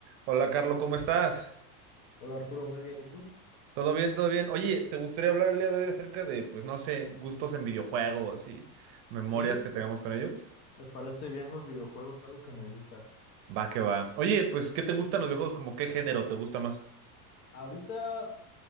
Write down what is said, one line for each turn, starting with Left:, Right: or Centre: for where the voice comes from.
Right: Hola, Carlos, ¿cómo estás?
Left: Hola Arturo, muy bien, ¿y tú?
Right: ¿Todo bien? ¿Todo bien? Oye, ¿te gustaría hablar el día de hoy acerca de, pues no sé, gustos en videojuegos y memorias
Left: Sí,
Right: que tengamos con ellos?
Left: me parece bien los videojuegos, algo que me gusta.
Right: Va que va. Oye, pues, ¿qué te gustan los videojuegos? ¿Como qué género te gusta más?
Left: Ahorita,